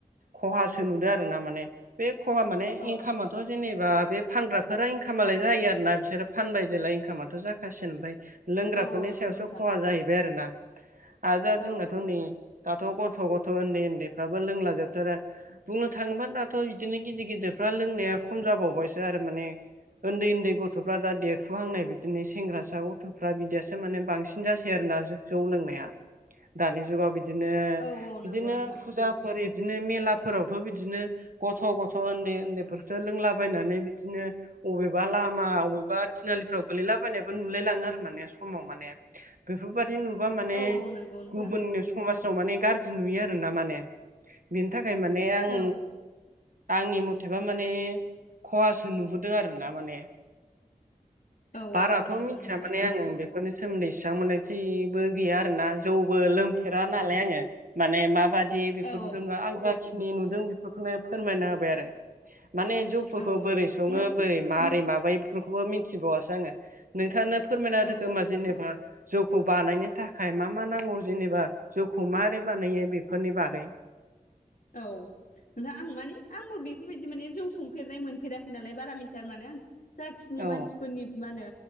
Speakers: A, on the right; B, on the left.
A: खहासो नुदों आरो ना माने बे खहा माने
B: औ
A: इनकामथ जेनेबा बे फानग्राफोरा इनकामालाय जायो आरो ना बिसोरो फानबाय जेला इनकामाथ जाखासिनो ओमफ्राय लोंग्राफोरनि
B: औ औ नंगौ
A: सायावसो
B: नोंथां
A: खहा जाहैबाय आरोना आरो आरो दा जोंनाथ
B: औ
A: नै दाथ गथ' गथ' उन्दै उन्दैफ्राबो लोंला जोबथारो बुंनो थाङोबा दाथ बिदिनो गिदिर गिदिरफ्रा लोंनाया खम जाबावबायसो आरो माने उन्दै उन्दै गथ'फ्रा दा देरफुहांनाय बिदिनो सेंग्रासा ग थ'फ्रा बिदियासो माने बांसिन जासै आरोना जौ लोंनाया दानि जुगाव बि बिदिनो
B: औ औ
A: बिदिनो
B: नंगौ नोंथां
A: फुजा फोर बिदिनो मेलाफोरावथ बिदिनो गथ' गथ' उन्दै उन्दैफोरसो लोंलाबायनानै बिदिनो अबेबा लामा अबेबा थिनालिफ्राव गोलैलाबायनायबो नुलायलाङो आरो माने समाव माने बेफोरबायादि नुबा माने
B: औ औ नंगौ नोंथां
A: गुबुननि समाजाव माने गाज्रि नुयो आर ना माने बिनि थाखाय माने आं
B: औ
A: आंनि मथेबा माने खहासो नुहुरदों आरोना माने
B: औ
A: बाराथ
B: औ नंगौ
A: मिथिया
B: नोंथां
A: माने आङो बे फोरनि सोमोन्दै सिबां मोननाय थबो गैया आरोना जौबो लोंफेरा नालाय आङो माने माबादि बेफोरखौ
B: औ
A: दा आं जाखिनि नि नुदों बेफोरखौनो फोरमायना होबाय आरो माने जौफोरखौ
B: औ
A: बोरै सङो बोरै मारै माबायो बेफोरखौबो मिथिबावासै आङो नोंथांनो फोरमायना
B: औ
A: होदो
B: औ
A: खोमा
B: औ
A: जेनेबा जौखौ बानायनो थाखाय मा मा नांगौ जेनेबा जौखौ मारोरै बानायो बेफोरनि बागै
B: औ नोंथां आं माने आंबो बेफोरबायदि माने जौ संफेरनाय मोनफेराखै नालाय बारा मिथिया आरो माने आं जाखिनि
A: औ
B: मानसिफोरनि माहोनो